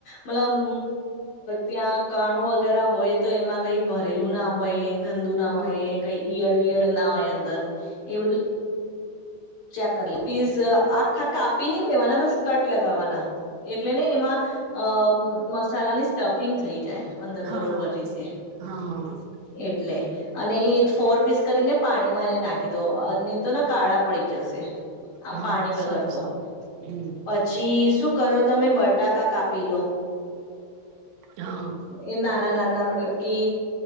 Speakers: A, on the left (about 50°); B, on the right (about 85°).
A: મતલબ ત્યાં કાણું વગેરે હોય તો એમાં. કઈ ભરેલું ના હોય. ગંદુ ના
B: હા
A: હોય. ઈયળ વિયળ ના હોય અંદર. એ બધું ચેક કરી લ પ્લીઝ આખા કાપી ન દેવાના બસ કટ લગાવવાના. એટલે ને એમાં અ મસાલાની સ્ટફિંગ થઈ જાય અંદર
B: હા
A: બરોબર
B: હા
A: રીતે
B: હા હા
A: એટલે અને એ જ ફોર પીસ. કરીને પાણી માં એને નાખી દો અને. તો કાળા. પડી જશે આમ
B: હા
A: પાણી વગર
B: સારું
A: તો
B: સારું હમ
A: પછી શું કરો તમે બટાકા કાપ. પી લો.
B: હા
A: એ નાના નાના મતલબ કે